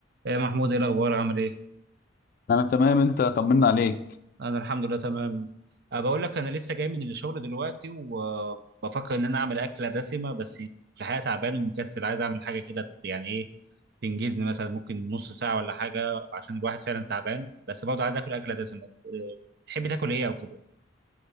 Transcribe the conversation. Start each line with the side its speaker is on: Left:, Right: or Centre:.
Right: يا محمود ايه الاخبار عامل ايه
Left: انا تمام انت طمنا عليك
Right: انا الحمد لله تمام أه بقول لك انا لسه جاي من الشغل دلوقتي وبفكر ان انا اعمل اكله دسمه بس في الحقيقه تعبان ومكسل عايز اعمل حاجه كده يعني ايه تنجزني مثلا ممكن نص ساعه ولا حاجه عشان الواحد فعلا تعبان بس برضه عايز اكل اكله دسمه أه، تحب تاكل ايه او كده